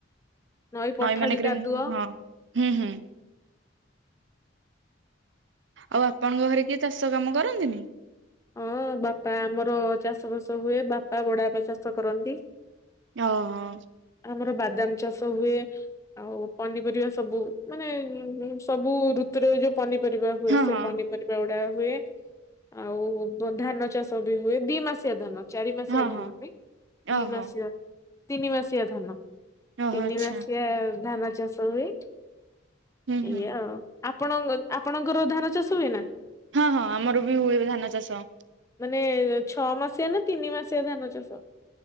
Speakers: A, on the left; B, on the right.
A: ନଈ ପଠା
B: ମାନଙ୍କରେ
A: ବି କାଦୁଅ।
B: ହଁ। ହୁଁ ହୁଁ ଆଉ ଆପଣଙ୍କ ଘରେ କିଏ ଚାଷ କାମ କରନ୍ତିନି।
A: ହଁ ବାପା ଆମର ଚାଷବାସ ହୁଏ ।ବାପା ବଢବାପା ଚାଷ କରନ୍ତି।
B: ଓହୋ
A: ଆ ଆମର ବାଦାମ ଚାଷ ହୁଏ ।ଆଉ ପନିପରିବା ସବୁ ମାନେ ଉଁ ହୁଁ ସବୁ ଋତୁରେ ଯୋଉ ପନିପରିବା ହୁଏ,
B: ହଁ
A: ସେ
B: ହଁ
A: ପନିପରିବା ଗୁଡା ହୁଏ। ଅ ଆଉ ବୁ ଧାନ ଚାଷ ବି ହୁଏ ଦି ମାସିଆ ଧାନ। ଚାରିମାସିଆ
B: ହଁ
A: ଧାନ
B: ହଁ
A: ନୁହେଁ, ଦି
B: ଓହୋ
A: ମାସିଆ ତିନି ମାସିଆ ଧାନ।
B: ଓହୋ
A: ତିନି
B: ଆଚ୍ଛା
A: ମାସିଆ ଧାନ ଚାଷ ହୁଏ
B: ହୁଁ
A: ଏଇଆ
B: ହୁଁ।
A: ଆଉ। ଆପଣଙ୍କ ଆପଣଙ୍କର ଧାନ ଚାଷ ହୁଏ ନା।
B: ହଁ ହଁ ଆମର ବି ହୁଏ ଧାନ ଚାଷ।
A: ମାନେ ଛଅ ମାସିଆ ନା ତିନି ମାସିଆ ଧାନ ଚାଷ।